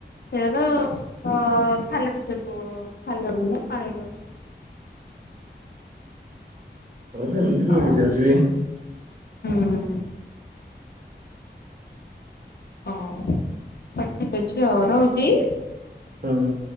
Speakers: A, on the left; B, on the right.
A: ସେଇଟା ତ ଅ ଖାଲ <unintelligible> ଛତୁ ଖାଲରୁ ନା ପାଣିରୁ।
B: ଆମକୁ ଏମିତି
A: ହଁ
B: ଭି ମିଳିଯାଉଛି ।
A: ହୁଁ । ହଉ ତ ଠିକ୍ ଅଛି ଆଉ ରହୁଛି ।
B: ହୁଁ ।